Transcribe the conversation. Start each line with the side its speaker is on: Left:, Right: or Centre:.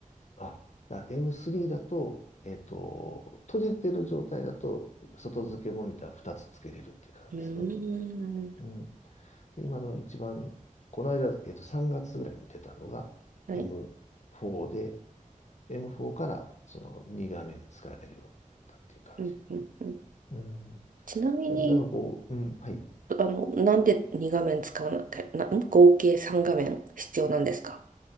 Left: あ、だ M3 だと、えっと、閉じてる状態だと、外付けモニター2つつけれるっていう感じですね。
Right: うーん。
Left: うん。で、今の一番、この間、えっと、3月ぐらいに出たのが
Right: はい。
Left: M4 で、M4 からその2画面使えるようになったっていう感じ。
Right: うんうんうん。
Left: うん。
Right: ちなみに、
Left: だからこう、うん、はい。
Right: あの、なんで2画面使わなきゃ、な、ん合計3画面必要なんですか